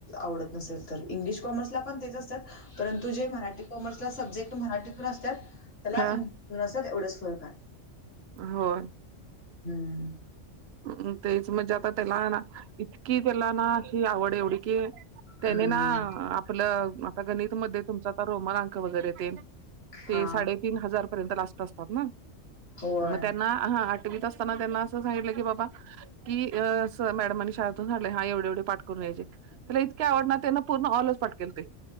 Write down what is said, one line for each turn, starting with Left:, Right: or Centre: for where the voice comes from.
Left: आवडतं नसेल तरं इंग्लिश कॉमर्सला पणं तेचं असतांत परंतु जे मराठी कॉमर्सला सब्जेक्ट मराठीतूंन असतांत त्यांला
Right: हा
Left: इ लसण तेवढंच सोलतात
Right: होयं
Left: हम्मं
Right: म्हणजे तेचं म्हणजे आंता त्यांला नां इतकी त्यांला नां अशी आवड एवढी कि त्यांने
Left: हम्म
Right: नां आपलं आता गणितमध्यें तुमच्यां रोमन अंक वगैरें ते
Left: हा
Right: ते साडेतीनं हजार पर्यंत लागतन असतांत नां
Left: होय
Right: मंग त्यांना हां आठवीत असतांना त्यांना असं सांगितलं बाबां की मॅडमांनी शाळेतूंनडले हां एवढे एवढे पांठ करून यांयचे त्यांला इतके आवडणांर त्यांना पूर्ण ऑलज पटकेल ते